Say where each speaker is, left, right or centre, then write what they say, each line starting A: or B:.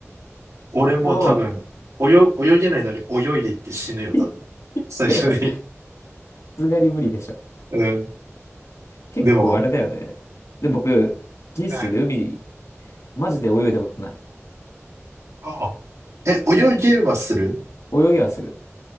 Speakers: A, on the right; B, on the left.
A: 俺も多分、
B: でも、
A: 泳、泳げないのに泳いでいって死ぬよ、
B: <laughs>
A: 多分。
B: い
A: 最初に。
B: やさすがに無理でしょ。
A: <laughs> うん。
B: 結構あれだよね。
A: でも、
B: で、僕、人生で海、
A: うん。あ
B: マジで泳いだことない。
A: あえ、泳げればする
B: 泳ぎはする。